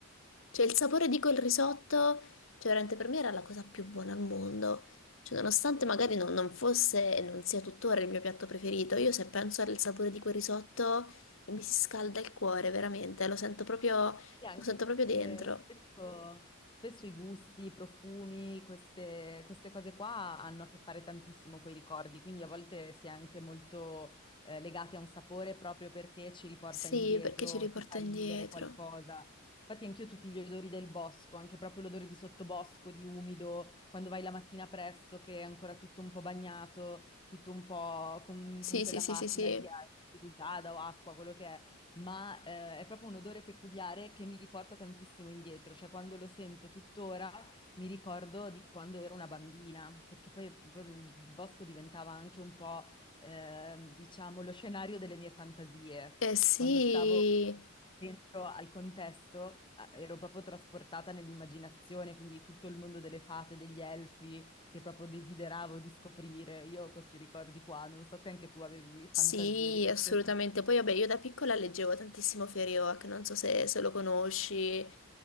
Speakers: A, on the left (about 65°); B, on the left (about 25°).
A: Cioè, il sapore di quel risotto, cioè, veramente per me era la cosa più buona al mondo. Cioè, nonostante magari non, non fosse e non sia tuttora il mio piatto preferito, io se penso al sapore di quel risotto cioè, mi si scalda il cuore, veramente, lo sento proprio,
B: Sì, anche
A: lo sento
B: perché
A: proprio dentro.
B: spesso, spesso i gusti, i profumi, queste, queste cose qua hanno a che fare tantissimo con i ricordi, quindi a volte si è anche molto eh, legati a un sapore proprio perché ci riporta
A: Sì,
B: indietro,
A: perché ci riporta
B: ci fa rivivere
A: indietro.
B: qualcosa. Infatti anch'io tutti gli odori del bosco, anche proprio l'odore di sottobosco, di umido, quando vai la mattina presto che è ancora tutto un po' bagnato, tutto un po' con,
A: Sì,
B: con quella
A: sì, sì,
B: patina
A: sì, sì.
B: di, di rugiada o acqua, quello che è ma eh, è proprio un odore peculiare che mi riporta tantissimo indietro, cioè quando lo sento tuttora mi ricordo di quando ero una bambina, perché poi il bosco diventava anche un po', eh, diciamo, lo scenario delle mie fantasie.
A: Eh sì,
B: Quando stavo dentro al contesto eh, ero proprio trasportata nell'immaginazione, quindi tutto il mondo delle fate, degli elfi, che proprio desideravo di scoprire. Io ho questi ricordi qua, non so se anche tu avevi fantasie
A: Sì,
B: di questo
A: assolutamente.
B: tipo.
A: Poi, vabbè, io da piccola leggevo tantissimo Feriwak, non so se, se lo conosci.